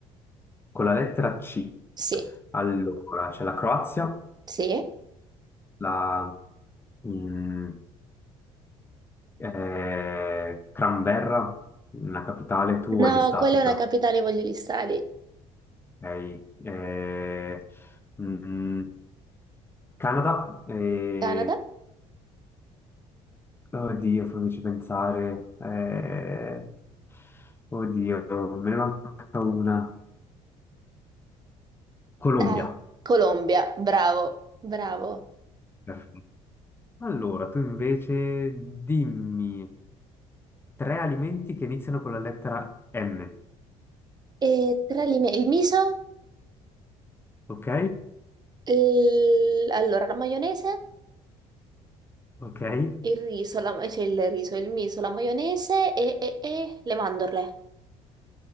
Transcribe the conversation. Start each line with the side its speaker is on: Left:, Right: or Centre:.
Left: Con la lettera C.
Right: Sì,
Left: Allora, c'è la Croazia,
Right: sì.
Left: la mm, eh, Canberra, la capitale, tu
Right: No,
Left: e gli stati
Right: quella
Left: però,
Right: è una capitale, voglio restare lì.
Left: ok? Eh, mm, Canada, eh,
Right: Canada?
Left: Oddio, fammici pensare. Eh, oddio, me ne manca una. Colombia.
Right: Dai. Colombia, bravo, bravo.
Left: Perfetto. Allora, tu invece dimmi tre alimenti che iniziano con la lettera M.
Right: E tra le mie- il miso,
Left: Ok?
Right: il- allora la maionese,
Left: Ok? E
Right: il riso, la... ma- cioè il riso, il miso, la maionese e, e- e le mandorle.